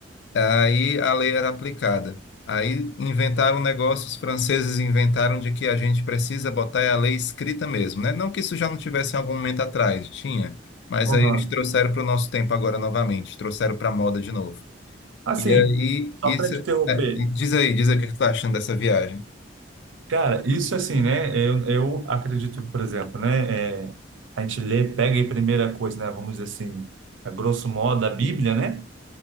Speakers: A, on the left (about 65°); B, on the right (about 90°).
A: Aí a lei era aplicada. Aí inventaram o negócio, os franceses inventaram de que a gente precisa botar a lei escrita mesmo, né? Não que isso já não tivesse em algum momento atrás, tinha, mas
B: Uhum.
A: aí eles trouxeram para o nosso tempo agora novamente, trouxeram para a moda de novo.
B: Assim,
A: E aí,
B: só
A: isso.
B: para te interromper,
A: é, diz aí, diz aí o que que tu tá achando dessa viagem.
B: Cara, isso assim, né? Eu, eu acredito, por exemplo, né? é, a gente lê, pega a primeira coisa, né? Vamos dizer assim, a grosso modo, a Bíblia, né?